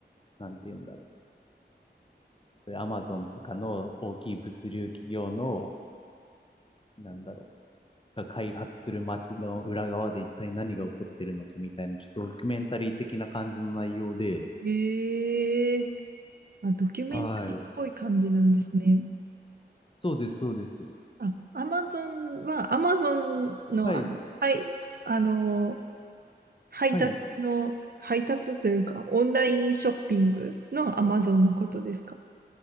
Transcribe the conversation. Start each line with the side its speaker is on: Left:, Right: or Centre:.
Left: なんて言うんだろう。アマゾンとかの大きい物流企業の、なんだろう。が開発する街の裏側で一体何が起こってるのかみたいな、ちょっとドキュメンタリー的な感じの内容で、
Right: ええあ、ドキュメンタリーっぽい感じなんですね。
Left: はい。そうです、そうです。
Right: あ、アマゾンは、アマゾンの、
Left: はい、
Right: あの、はい、あの、配達の、
Left: はい。
Right: 配達というか、オンラインショッピングのアマゾンのことですか